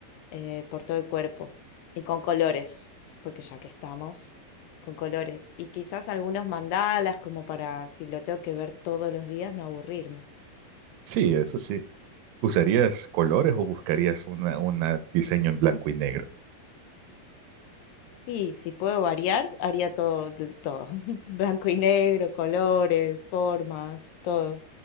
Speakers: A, on the left; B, on the right.
A: eh, por todo el cuerpo y con colores, porque ya que estamos con colores, y quizás algunos mandalas como para, si lo tengo que ver todos los días, no aburrirme.
B: Sí, eso sí. ¿Usarías colores o buscarías una, una diseño en blanco y negro?
A: Y si puedo variar, haría todo, de- todo. <laughs> Blanco y negro, colores, formas, todo.